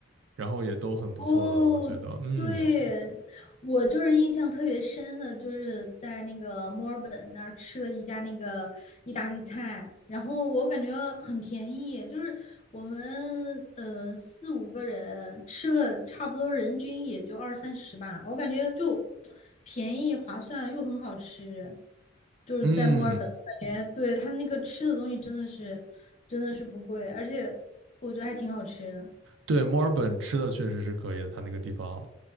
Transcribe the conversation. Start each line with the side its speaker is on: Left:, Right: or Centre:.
Right: 然后也都很不错的，
Left: 哦，
Right: 我觉得，嗯
Left: 对，我就是印象特别深的，就是在那个墨尔本那儿吃了一家那个意大利菜，然后我感觉很便宜，就是我们呃四五个人吃了差不多人均也就二三十吧，我感觉就便宜划算又很好吃，就是在墨尔本，
Right: 嗯，
Left: 我感觉对他那个吃的东西真的是真的是不贵，而且我觉得还挺好吃的，
Right: 对，墨尔本吃的确实是可以的，它那个地方